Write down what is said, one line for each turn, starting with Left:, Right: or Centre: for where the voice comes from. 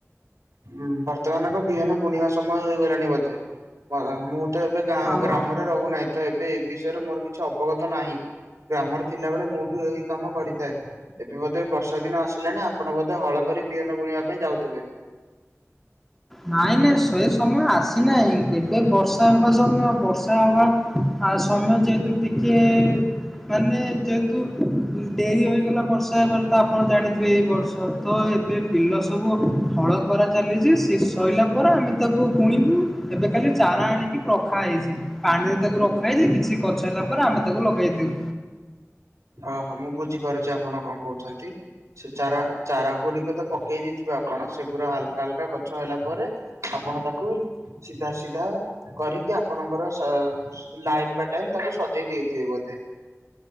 Right: ଉଁ ବର୍ତ୍ତମାନଙ୍କ ବିହନ ବୁଣିବା ସମୟ ହେଇଗଲାଣି ବୋଧେ ମୁଁ ତ ଏବେ ଗାଁ
Centre: ହଁ।
Right: ଗ୍ରାମରେ ରହୁନାହିଁତ ଏବେ ଏ ବିଷୟରେ ମୋର କିଛି ଅବଗତ ନାହିଁ। ଗ୍ରାମର ଥିଲା ବଳେ ମୁଁବି ଏଇ କାମ କରିଥାଏ। ଏବେ ବୋଧ ବର୍ଷା ଦିନ ଆସିଲାନି ଆପଣ ବୋଧେ ହଳ କରି ବିହନ ବୁଣିବା ପାଇଁ ଯାଉଥିବେ?
Centre: ନାଇଁ ନାଇଁ ଶେଇ ସମୟ ଆସିନାହିଁ ଏବେ ବର୍ଷା ହବା ଜମିବ ବର୍ଷା ହବା ଆଉ ସମୟ ଯେହେତୁ ଟିକେ ମାନେ ଯେହେତୁ ଡେରି ହେଇଗଲା ବର୍ଷା ହେବାରେତ ଆପଣ ଜାଣିଥିବେ ଏଇ ବର୍ଷତ ଏବେ ବିଲ ସବୁ ହଳ କରା ଚାଲିଚି ସେସଇଲା ପରେ ଆମେ ତାକୁ ବୁଣିବୁ ଏବେ ଖାଲି ଚାରା ଆଣିକି ରଖା ହେଇଚି ପାଣିରେ ତାକୁ ରଖା ହେଇଚି କିଛି ଗଛ ହେଲା ପରେ ଆମେ ତାକୁ ଲଗେଇ ଦେବୁ।
Right: ଓହୋ ମୁଁ ବୁଝିପାରୁଚି ଆପଣ କଣ କହୁଚନ୍ତି। ସେ ଚାରା ଚାରା ଗୁଡ଼ିକତ ପକେଇ ଦେଇଥିବ ଆପଣ ସେଗୁଡ଼ା ହାଲକା ହାଲକା ଗଛ ହେଲା ପରେ ଆପଣ ତାକୁ ସିଧା ସିଧା କରିକି ଆପଣଙ୍କର ଲାଇନ୍ ବାଇ ଲାଇନ ତାକୁ ସଜେଇ ଦେଇଥିବେ ବୋଧେ?